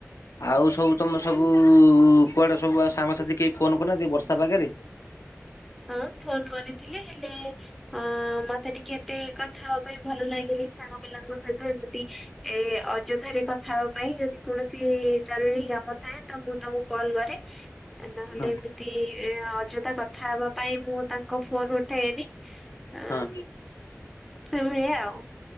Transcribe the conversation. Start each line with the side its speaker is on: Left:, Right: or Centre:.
Left: ଆଉ ସବୁ ତମେ ସବୁ କୁଆଡେ ସବୁ ଆ ସାଙ୍ଗସାଥି କେହି ଫୋନ କରିନାନ୍ତି ବର୍ଷା ପାଗରେ।
Centre: ହଁ ଫୋନ କରିଥିଲେ ହେଲେ ଅ ମତେ ଟିକେ ଏତେ କଥା ହବା ପାଇଁ ଭଲ ଲାଗିଲି ସାଙ୍ଗ ପିଲାଙ୍କ ସହିତ ଏମିତି ଏ ଅଯଥାରେ କଥା ହେବା ପାଇଁ ଯଦି କୌଣସି ଜରୁରୀ କାମ ଥାଏ ତ ମୁଁ ତାଙ୍କୁ କଲ୍ କରେ। ନହେଲେ
Left: ହଁ
Centre: ଏମିତି ଅଯଥା କଥା ହେବା ପାଇଁ ମୁଁ ତାଙ୍କ ଫୋନ ଉଠାଏନି। ଅ
Left: ହଁ।
Centre: ସେଭଳିଆ ଆଉ